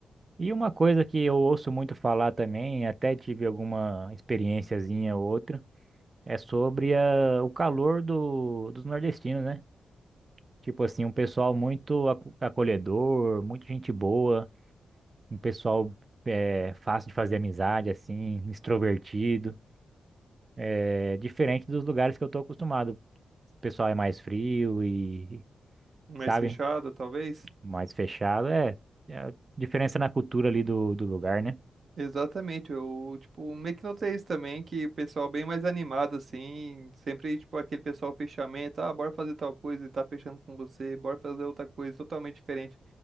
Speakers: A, on the right (about 25°); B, on the right (about 45°).
A: E uma coisa que eu ouço muito falar também, até tive alguma experiênciazinha ou outra É sobre a- o calor do, dos nordestinos, né? Tipo assim, um pessoal muito aco- acolhedor, muito gente boa, um pessoal é, fácil de fazer amizade, assim, extrovertido. É diferente dos lugares que eu tô acostumado. O pessoal é mais frio e,
B: Mais
A: sabe,
B: fechado, talvez?
A: mais fechado. É, é a diferença na cultura ali do, do lugar, né?
B: Exatamente, eu, tipo, meio que notei isso também, que o pessoal bem mais animado, assim, sempre, tipo, aquele pessoal fechamento, ah, bora fazer tal coisa e tá fechando com você, bora fazer outra coisa totalmente diferente,